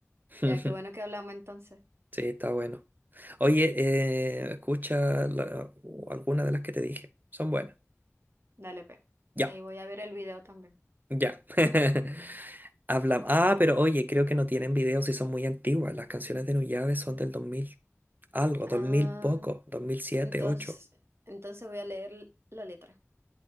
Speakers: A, on the right; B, on the right.
A: <laughs>
B: Ya, qué bueno que hablamos entonces.
A: Sí, está bueno. Oye, eh, escucha la- alguna de las que te dije. Son buenas.
B: Dale, pe.
A: Ya,
B: Ahí voy a ver el video también.
A: ya. <laughs> Habla. Ah, pero oye, creo que no tienen videos y son muy antiguas. Las canciones de Nuyave son del 2000 algo,
B: Ah.
A: 2000 poco, 2007,
B: Entonces,
A: 2008.
B: entonces voy a leer la letra,